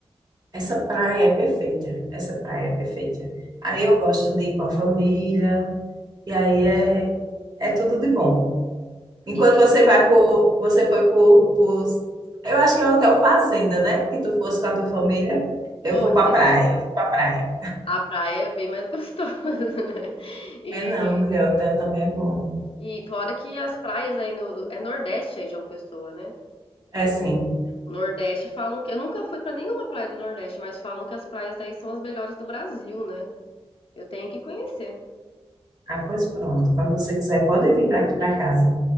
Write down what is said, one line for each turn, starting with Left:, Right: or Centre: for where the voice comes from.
Right: Essa praia é perfeita. Essa praia é perfeita. Aí eu gosto de ir com a família. E aí é, é tudo de bom. Enquanto
Left: E,
Right: você vai por, você foi por, por, eu acho que é um hotel fazenda, né? Que tu fosse com a tua família, eu
Left: foi,
Right: vou pra
Left: foi
Right: praia,
Left: sim.
Right: eu fui pra praia.
Left: A praia é bem mais <laughs> gostosa, né? E,
Right: É não, mulher, hotel também é bom.
Left: e fora que as praias aí no, do- é Nordeste aí, João Pessoa, né?
Right: É sim.
Left: Nordeste falam que, eu nunca fui pra nenhuma praia do Nordeste, mas falam que as praias aí são as melhores do Brasil, né? Eu tenho que conhecer.
Right: Ah, pois pronto. Quando você quiser, pode vir para aqui para casa.